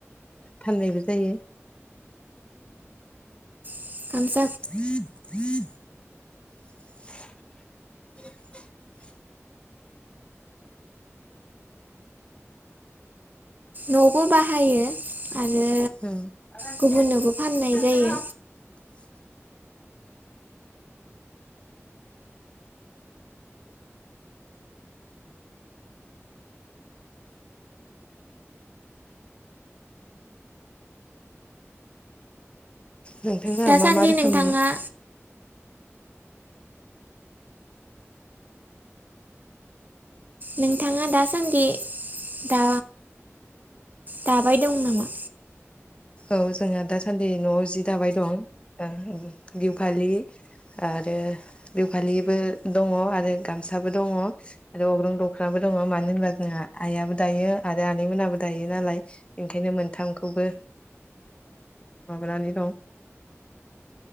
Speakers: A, on the left; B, on the right.
A: फाननायबो जायो
B: <unintelligible>
A: <inaudible>
B: नआवबो बाहायो
A: उम
B: आरो गुबुननोबो
A: <unintelligible>
B: फाननाय जायो
A: नोंथांमोनहा
B: दासान्दि
A: मा मा रोखोमनि
B: नोंथाङा नोंथाङा दासान्दि दा दाबाय दं नामा?
A: औ जोंहा दासान्दि नआव जि दाबाय दं ओ बिहु फालि आरो बिहुफालिबो दङ आरो गामसाबो दङ आरो अग्रं दख्राबो दङ मानो होनबा जोंहा आइयाबो दायो आरो आनै मोनाबो दायो नालाय ओंखायनो मोनथामखौबो माबानानै दं।